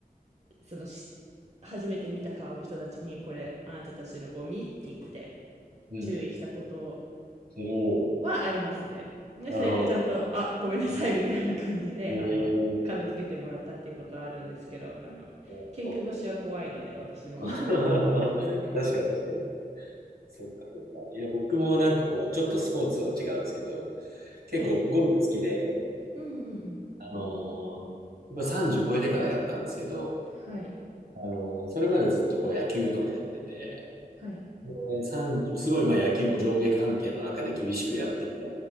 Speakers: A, on the right; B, on the right.
A: その初めて見た顔の人たちに、これ、あなたたちのゴミって言って、
B: うん、
A: 注意したこと
B: うん。おお
A: はありますね。で、
B: ー、
A: それでちゃんと、
B: なるほど。
A: あ、ごめんなさい、みたいな感じで、
B: ええ
A: あの、片付けてもらったっていうことはあるんですけど、あの、
B: なるほ
A: 喧嘩腰は怖いので、私も。
B: ど。<laughs>
A: <laughs> はい。
B: 確かに確かに。そっかそっか。いや、僕もなんかこう、ちょっとスポーツは違うんですけど、結構ゴルフ好きで、
A: はい。うんうんうん。
B: あのー、やっぱ30超えてからやったんですけど、
A: はい。
B: あの、それまでずっとこう野球とかやってて、
A: はい。
B: で、さんすごいまあ野球も上下関係の中で厳しくやってきた、